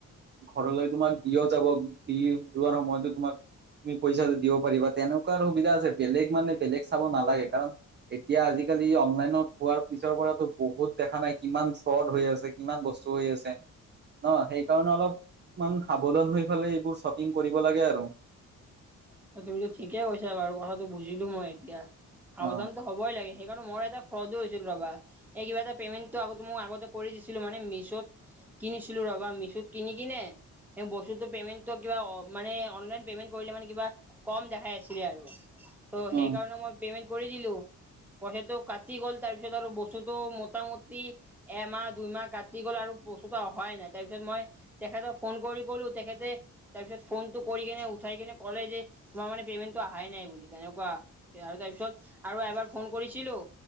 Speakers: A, on the right; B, in the centre.
A: ঘৰলৈ তোমাৰ দিও যাব দি যোৱাৰ সময়তো তোমাৰ তুমি পইচা দিব পাৰিবা তেনেকুৱা সুবিধা আছে বেলেগ মানে বেলেগ চাব নালাগে কাৰণ, এতিয়া আজিকালি অনলাইনত হোৱাৰ পিছৰ পৰাতো বহুত দেখা নাই কিমান ফ্ৰড হৈ আছে, কিমান বস্তু হৈ আছে। ন সেইকাৰণে অলপমান সাৱধান হৈ ফালাই এইবোৰ শ্বপিং কৰিব লাগে আৰু।
B: তুমিতো ঠিকেই কৈছা বাৰু কথাটো বুজিলো মই এতিয়া সাৱধানত
A: অ
B: হ'বই লাগে সেইকাৰণে মই এটা ফ্ৰডো হৈছিল ৰবা। এই কিবা এটা পেমেণ্টো আ ম আগতে কৰি দিছিলো মানে মিছত। কিনিছিলো ৰবা মিছুত কিনি কিনে। বস্তুতটো পেমেণ্টটো কিব মানে অনলাইন পেমেণ্ট কৰিলে মানে কিবা। কম দেখাই আছিলে আৰু। ত'
A: অ
B: সেই কাৰণে মই পেমেন্ট কৰি দিলো পইচাটো কাটি গ'ল তাৰ পিছত আৰু বস্তু বস্তুটো মোটামুটি এমাহ দুইমাহ কাটি গ'ল আৰু তেতিয়া অহাই নাই তাৰ পিছত মই তেখেতক ফোন কৰি কলো তেখেতে তাৰপিছত ফোনটো কৰি কেনে উঠাই কেনে কলে যে তোমাৰ মে পেমেণ্টটো আহাই নাই বুলি তেনেকুৱা। দেয় আৰু তাৰপিছত আৰু এবাৰ ফোন কৰিছিলোঁ,